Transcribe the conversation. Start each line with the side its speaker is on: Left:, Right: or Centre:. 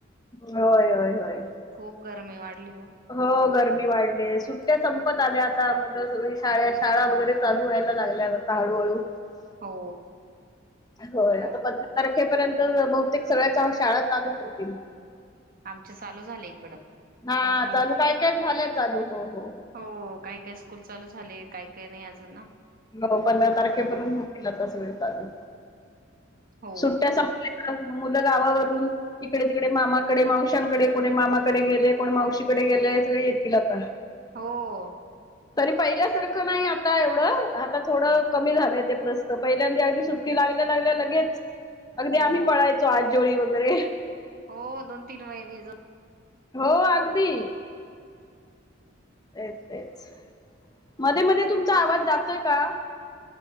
Left: होय होय होय.
Right: खूप गरमी वाढली
Left: हो गरमी वाढले सु संपत आल्या आता मुलं सगळी शाळा शाळा वगैरे चालू व्हायला लागल्या आता हळूहळू.
Right: हो
Left: हो
Right: अ
Left: आता पंधरा तारखेपर्यंत. बहुतेक. सगळ्या शाळा चालूच होतील
Right: आमचे चालू झाले इकडं
Left: हा
Right: माझे मु
Left: चालू काय काय झालं. चालू हो हो.
Right: हो काय काय स्कूल चालू झाले काही काही नाही अजून ना.
Left: हो पंधरा तारखेपासुन होतीलला तस वेळ सगळे चालू.
Right: हो
Left: सुट्ट्या सांभल्या का? मग मुलं गावावरून इकडे तिकडे मामाकडे मावशांकडे कोणी मामाकडे गेले कोणी मावशीकडे गेले सगळे येतील आता.
Right: हो
Left: तरी पहिल्यासारखं. नाही आता एवढं आता, थोडं कमी झालंय ते प्रस्त पहिल्यांदा अगदी सुट्टी लागल्या लागल्या लगेच. अगदी
Right: हो
Left: आम्ही पडायचो आजजोळी वगैरे,
Right: हो दोन तीन महिने जो
Left: हो अगदी. तेच तेच.. मध्ये मध्ये तुमचा आवाज जातोय का?